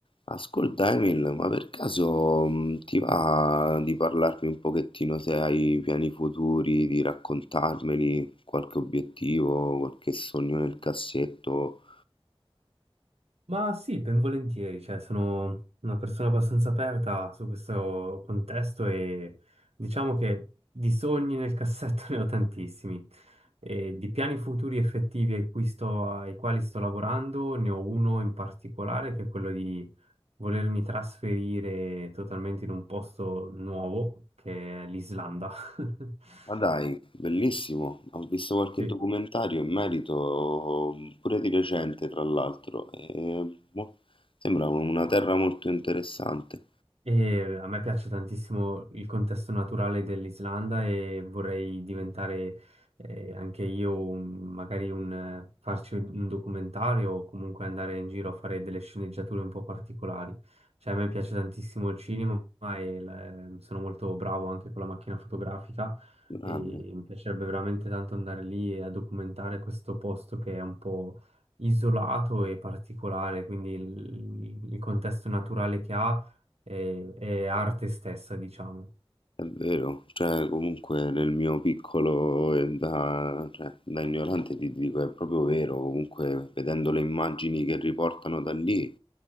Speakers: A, on the left (about 55°); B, on the right (about 85°).
A: Ascolta Emil, ma per caso mh, ti va di parlarmi un pochettino se hai piani futuri, di raccontarmeli, qualche obiettivo, qualche sogno nel cassetto?
B: Ma sì, ben volentieri, cioè sono una persona abbastanza aperta su questo contesto e diciamo che di sogni nel cassetto <laughs> ne ho tantissimi e di piani futuri effettivi ai cui sto- ai quali sto lavorando ne ho uno in particolare che è quello di volermi trasferire totalmente in un posto nuovo che è l'Islanda. <laughs>
A: Ma dai, bellissimo, ho visto qualche
B: Sì.
A: documentario in merito, mh, pure di recente tra l'altro, e boh, sembra una terra molto interessante.
B: E a me piace tantissimo il contesto naturale dell'Islanda e vorrei diventare eh, anche io un- magari un, eh, farci un un documentario o comunque andare in giro a fare delle sceneggiature un po' particolari. Cioè a me piace tantissimo il cinema e l- sono molto bravo anche con la macchina fotografica
A: Grande.
B: e mi piacerebbe veramente tanto andare lì e a documentare questo posto che è un po' isolato e particolare, quindi il il- il contesto naturale che ha e, e arte stessa, diciamo.
A: È vero, cioè comunque nel mio piccolo e da, cioè, da ignorante ti dico è proprio vero, comunque vedendo le immagini che riportano da lì